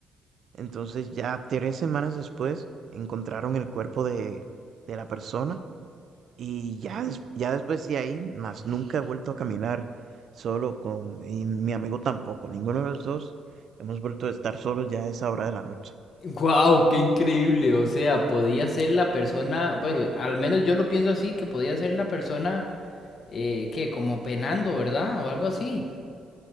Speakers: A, on the right; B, on the left.
A: Entonces ya tres semanas después encontraron el cuerpo de, de la persona y ya, des- ya después de ahí, más nunca he vuelto a caminar solo con, y mi amigo tampoco, ninguno de los dos hemos vuelto a estar solos ya a esa hora de la noche.
B: Wow, qué increíble. O sea, podía ser la persona, bueno, al menos yo lo pienso así, que podía ser la persona eh, que como penando, ¿verdad? O algo así,